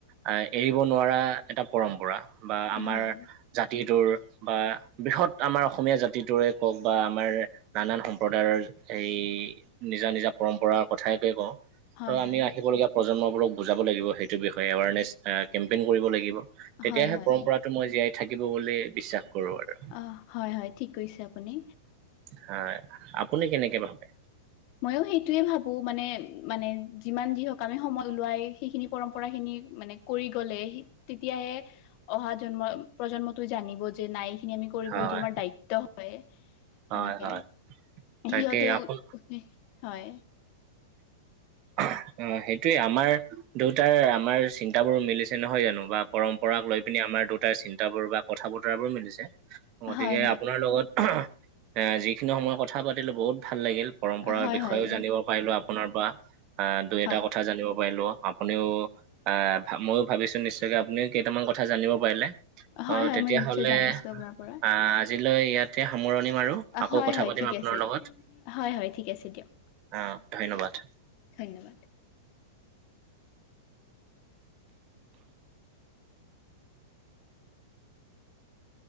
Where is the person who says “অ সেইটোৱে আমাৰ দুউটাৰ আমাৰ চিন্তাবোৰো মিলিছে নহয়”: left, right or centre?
Right